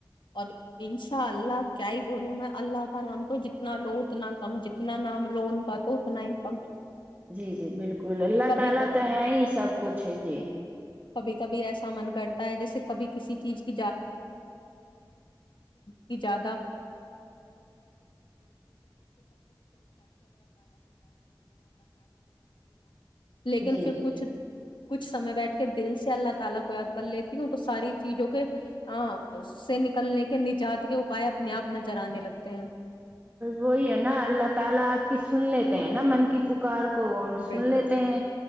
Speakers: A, on the left; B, on the right.
A: اور انشاء اللہ کیا ہی بولوں میں اللہ کا نام کو جتنا لو اتنا کم جتنا نام لو ان کا تو اتنا ہی کم
B: جی جی بالکل کل اللہ
A: کبھی
B: تعالی
A: کب
B: تو ہے ہی سب کچھ ہے جی
A: کبھی کبھی ایسا من کرتا ہے جیسے کبھی کسی چیز کی اجازت لیکن
B: جی
A: پھر کچھ کچھ سمے بیٹھ کر دل سے اللہ تعالی کو یاد کر لیتی ہوں تو ساری چیزوں کے ا سے نکلنے کے نجات کے اوپائے اپنے اپ نظر انے لگتے ہیں
B: وہی ہے نا اللہ تعالی اپ کی سن لیتے ہیں نا من کی کو سن
A: بالکل
B: لیتے
A: بالکل
B: ہیں